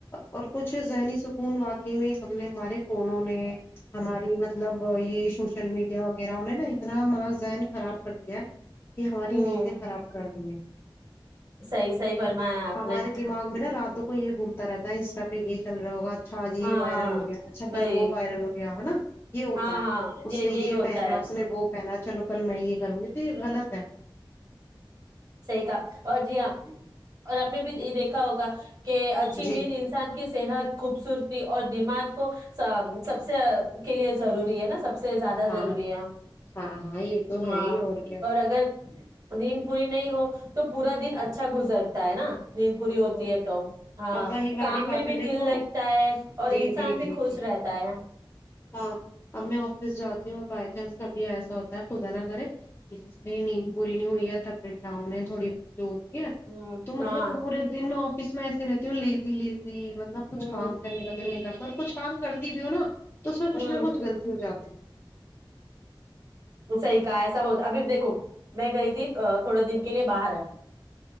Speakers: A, on the left; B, on the right.
A: اور کچھ ذہنی سکون واقعے میں ہم نے ہمارے فونوں نے ہماری مطلب یہ سوشل میڈیا وغیرہہ نے نا اتنا ما ذہن خراب کر دیا ہے کہ ہماری
B: ہوں
A: نیندیں خراب کر دی ہیں
B: صحیح صحیح فرمایا آپ
A: ہمارے
B: نے
A: دماغ نا راتوں کو یہ گھومتا رہتا ہے اس طرح پہ یہ چل رہا ہوگا اچھا جی
B: ہاں
A: یہ وائرل ہو گیا اچھا کل
B: وہی
A: وہ وائرل ہو گیا ہے نا یہ ہوتا
B: ہاں
A: ہے
B: ہاں
A: اس
B: یہی
A: نے یہ
B: ہوتا
A: پہنا ہے اس نے وہ پہنا چلو کل میں یہ کر غلط ہے
B: صحی کا اور جی آپ اور آپ نے بھی دیکھ ہوگا کہ اچھی
A: جی
B: نیند انسان کی صحت خوبصورتی اور دماغ کو سب سے کے لیے ضروری ہے نا سب سب سے زیادہ
A: ہاں
B: ضروری ہے
A: ہاں ہاں یہ تو ہے
B: ہاں
A: ہی کیا
B: اور اگر دین پوری نہیں ہو تو پورا دن اچھا گزرتا ہے نا پوری ہوتی
A: اور
B: ہے
A: کیا
B: تو ہاں
A: اب وہی
B: کام
A: والی
B: میں
A: باتیں
B: بھی
A: دیکھو
B: دل لگتا ہے اور
A: جی
B: انسان
A: جی جی
B: بھی خوش
A: جی
B: رہتا ہے
A: ہاں اب میں آفس جاتی ہوں بائی چانس کبھی ایسا ہوتا ہے خدا نہ کرے کہ جس میں نیند پوری نہیں ہوئی ہے تبیعت ڈاؤن ہے تھوڑی بہت جو یک ہے
B: ہ
A: تو مطلب
B: ہاں
A: پورے دن میں آفس میں ایسے رہتی ہوں لیزی لیزی مطلب کچھ
B: ہ
A: کام کرنے کا دل نکلتا اور کچھ کام کرتی بھی ہو نا تو اس میں کچھ
B: ہ
A: نہچھغلطی ہو جاتی ہے
B: صحیح کہ ایسا ہوتا ابھی دیکھو میں گئی تھی تھوڑے دن کے لیے باہر